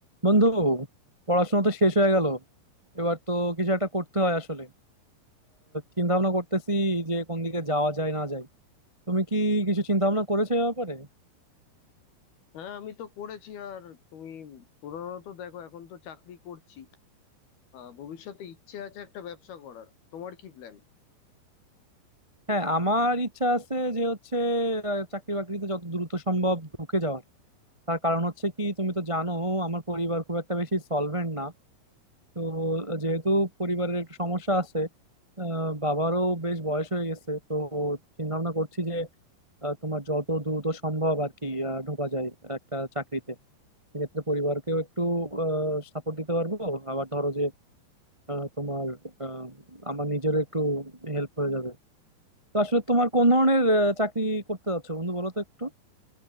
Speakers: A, on the right; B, on the left.
A: বন্ধু পড়াশোনা তো শেষ হয়ে গেল এবার তো কিছু একটা করতে হয় আসলে চিন্তা ভাবনা করতেছি যে কোন দিকে যাওয়া যায় না যায় তুমি কি কিছু চিন্তা ভাবনা করেছো এ ব্যাপারে
B: হ্যাঁ আমি তো করেছি আর তুমি প্রধানত দেখো এখন তো চাকরি করছি আহ, ভবিষ্যতে ইচ্ছে আছে একটা ব্যবসা করার তোমার কি প্ল্যান
A: হ্যাঁ আমার ইচ্ছা আছে যে হচ্ছে আহ, চাকরি বাকরিতে যত দ্রুত সম্ভব ঢুকে যাওয়ার তার কারণ হচ্ছে কি তুমি তো জানো আমার পরিবার খুব একটা বেশি সলভেন্ট না তো যেহেতু পরিবারের একটু সমস্যা আছে আহ, বাবারও বেশ বয়স হয়ে গেছে তো চিন্তা ভাবনা করছি আহ, তোমার যত দ্রুত সম্ভব আর কি আহ, ঢোকা যায় একটা চাকরিতে সেক্ষেত্রে পরিবারকেও একটু সাপোর্ট দিতে পারবো আবার ধরো যে আহ, তোমার আহ, আমার নিজেরও একটু হেল্প হয়ে যাবে তো আসলে তোমার কোন ধরনের আহ, চাকরি করতে যাচ্ছো বন্ধু বলো তো একটু